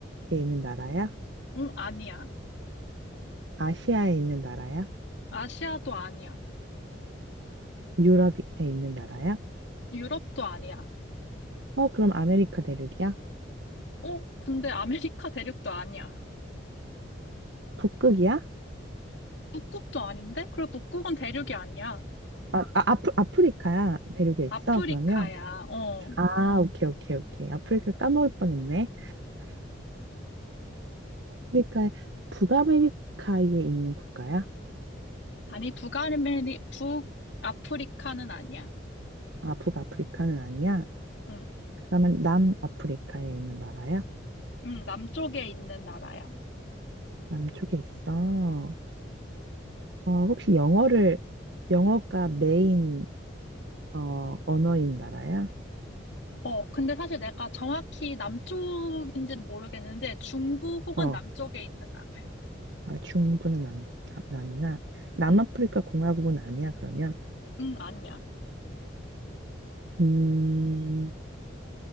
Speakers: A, on the right; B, on the left.
A: 있는 나라야?
B: 음, 아니야.
A: 아시아에 있는 나라야?
B: 아시아도 아니야.
A: 유럽에 있는 나라야?
B: 유럽도 아니야.
A: 어, 그럼 아메리카 대륙이야?
B: 어, 근데 아메리카 대륙도 아니야.
A: 북극이야?
B: 북극도 아닌데? 그래, 북극은 대륙이 아니야.
A: 아, 아 아프, 아프리카야 대륙에 있어
B: 아프리카야.
A: 그러면
B: 어.
A: 아 오케이 오케이 오케이 아프리카 까먹을 뻔했네 아프리카에 북아메리카에 있는 국가야?
B: 아니, 북아메리, 북아프리카는 아니야.
A: 아 북아프리카는 아니야
B: 응,
A: 그러면 남아프리카에 있는 나라야?
B: 응, 남쪽에 있는 나라야.
A: 남쪽에 있어 어 혹시 영어를 영어가 메인 어 언어인 나라야?
B: 어, 근데 사실 내가 정확히 남쪽인지는 모르겠는데, 중부 혹은
A: 어
B: 남쪽에 있는 나라야.
A: 아, 중부는 남, 남, 남이나 남아프리카
B: 응,
A: 공화국은 아니야 그러면
B: 응, 아니야.
A: 음